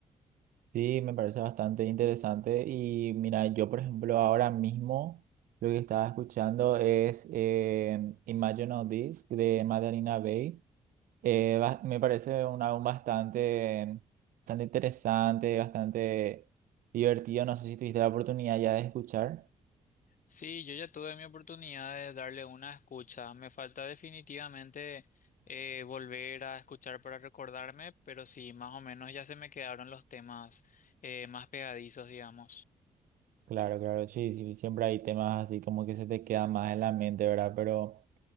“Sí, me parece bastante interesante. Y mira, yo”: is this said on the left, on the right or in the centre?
Right